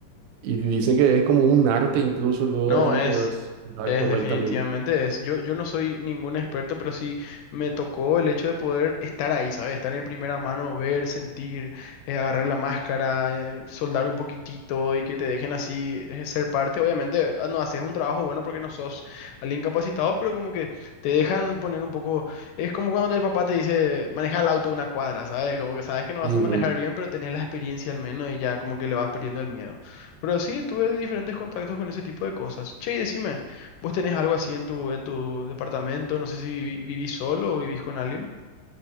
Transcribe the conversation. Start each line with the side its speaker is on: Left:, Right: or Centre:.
Right: y dicen que es como un arte incluso luego
Left: No,
Right: el
Left: es,
Right: poder soldar
Left: es
Right: correctamente.
Left: definitivamente es. Yo, yo no soy ningún experto, pero sí me tocó el hecho de poder estar ahí, ¿sabes? Estar en primera mano, ver, sentir, eh, agarrar la máscara, eh, soldar un poquitito y que te dejen así eh, ser parte. Obviamente, ah, no haces un trabajo bueno porque no sos alguien capacitado, pero como que te dejan poner un poco. Es como cuando el papá te dice, maneja el auto una cuadra, ¿sabes? Como que sabes que no vas
Right: Ujú.
Left: a manejar bien, pero tenés la experiencia al menos y ya como que le vas perdiendo el miedo. Pero sí, tuve diferentes contactos con ese tipo de cosas. Che, y decime, ¿vos tenés algo así en tu, en tu departamento? No sé si vivi- vivís solo o vivís con alguien.